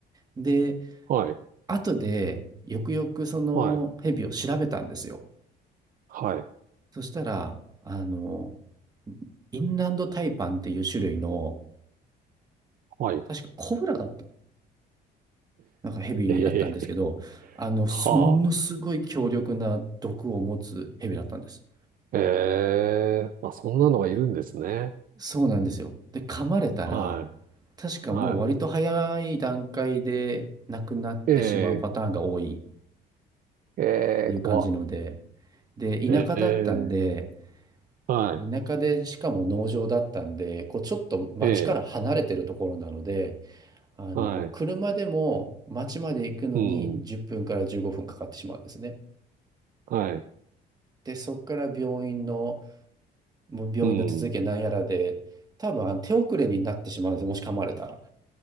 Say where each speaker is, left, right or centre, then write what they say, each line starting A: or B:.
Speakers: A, on the right (about 20°); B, on the right (about 50°).
A: で、
B: はい、
A: 後でよくよくそのヘビを調べたんですよ。
B: はい、はい、
A: そしたら、あの、インランドタイパンっていう種類の、
B: はい。
A: 確かコブラだったの。なんかヘビだったんですけど、
B: ええ
A: あの、すものすごい強力な毒を持つヘビだったんです。
B: はあ。ええまあ、そんなのがいるんですね。
A: でそうなんですよ。で、噛まれたら、
B: は
A: 確かもう割と早い段階で亡くなってしまうパターンが多いっ
B: い、はい。ええええ怖っ。
A: ていう感じので、で、
B: ええ
A: 田舎だったんで、
B: は
A: 田舎でしかも農場だったんで、こうちょっと町から離れてるところなので、
B: い、ええ
A: あの、
B: はい、
A: 車でも町まで行くのに10分から15分かかってしまうんですね。
B: うん、はい、
A: で、そこから病院の、もう病院の手続きなんやらで、
B: うん。
A: 多分あの手遅れになってしまうんですよ、もし噛まれたら。